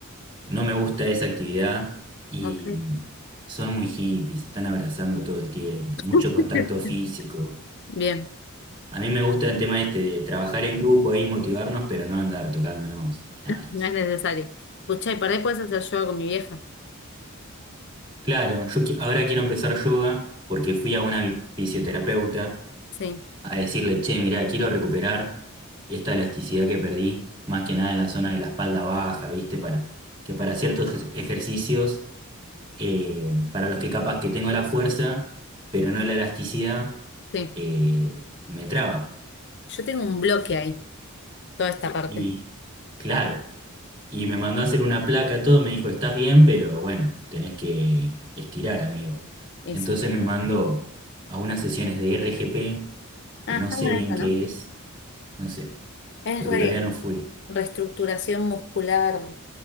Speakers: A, on the right (about 20°); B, on the left (about 55°).
A: No me gusta esa actividad y
B: Ok.
A: son muy hippies, se están abrazando todo el tiempo, mucho
B: <laughs>
A: contacto físico.
B: Bien,
A: A mí me gusta el tema este de trabajar en grupo y motivarnos, pero no andar tocándonos, ni nada de
B: no
A: eso.
B: es necesario. Escuchá, y por ahí puedes hacer yoga con mi vieja.
A: Claro, yo qui- ahora quiero empezar yoga porque fui a una vi- fisioterapeuta
B: Sí,
A: a decirle, che, mirá, quiero recuperar esta elasticidad que perdí, más que nada en la zona de la espalda baja, ¿viste? Para, que para ciertos ej- ejercicios, eh, para los que capaz que tengo la fuerza, pero no la elasticidad,
B: sí.
A: eh, me traba.
B: Yo tengo un bloque ahí, toda esta parte.
A: Y claro. Y me mandó a hacer una placa, todo, me dijo, estás bien, pero bueno, tenés que estirar, amigo.
B: Y
A: Entonces
B: sí.
A: me mandó a unas sesiones de RGP,
B: Ah,
A: que no
B: está
A: sé
B: buena
A: bien
B: esta,
A: qué
B: ¿no?
A: es, no sé,
B: Es
A: porque
B: re-
A: todavía no fui,
B: reestructuración muscular,